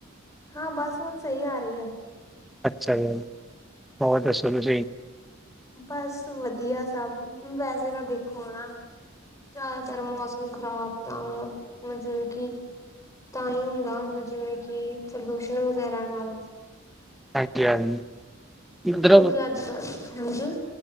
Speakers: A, on the left; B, in the centre.
A: ਹਾਂ ਬਸ ਹੁਨ ਸਈ ਆ ਰਹੀ ਐ।
B: ਅੱਛਾ ਜੀ, ਹੋਰ ਦੱਸੋ ਤੁਸੀਂ।
A: ਬਸ ਵਧੀਆ ਸਭ, ਵੈਸੇ ਤਾਂ ਦੇਖੋ ਹਨ ਨਾ- ਜ਼ਿਆਦਾਤਰ ਮੌਸਮ ਖ਼ਰਾਬ ਤਾਂ ਮਤਲਬ ਕਿ ਤਾਂ ਹੀ ਹੁੰਦਾ ਹੁੰਦਾ ਜਿਵੇਂ ਕਿ ਪ੍ਰਦੂਸ਼ਣ ਵਗੈਰਾ ਨਾਲ
B: ਹਾਂਜੀ-ਹਾਂਜੀ। ਇੱਧਰ
A: ਕਿਉਂਕਿ ਅੱਜ-ਕਲ ਹਾਂਜੀ